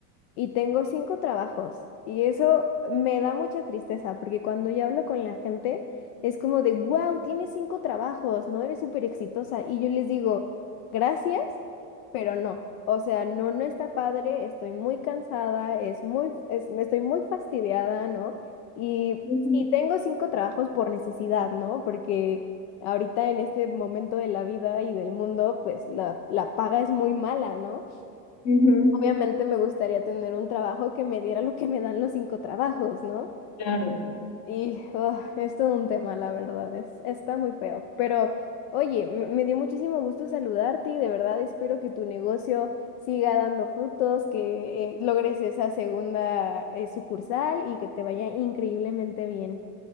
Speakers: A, on the left; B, on the left.
A: y tengo cinco trabajos. Y eso me da mucha tristeza, porque cuando yo hablo con la gente, es como de, wow, tienes cinco trabajos, ¿no? Eres súper exitosa. Y yo les digo, gracias, pero no. O sea, no, no está padre, estoy muy cansada, es muy, es, me estoy muy fastidiada, ¿no? Y,
B: Ujú,
A: y tengo cinco trabajos por necesidad, ¿no? Porque ahorita en este momento de la vida y del mundo, pues la, la paga es muy mala, ¿no?
B: ujú,
A: Obviamente me gustaría tener un trabajo que me diera lo que me dan los cinco trabajos, ¿no?
B: Claro.
A: Y oh, es todo un tema, la verdad, es, está muy feo. Pero oye, me me dio muchísimo gusto saludarte y de verdad espero que tu negocio siga dando frutos, que eh, logres esa segunda eh, sucursal y que te vaya increíblemente bien.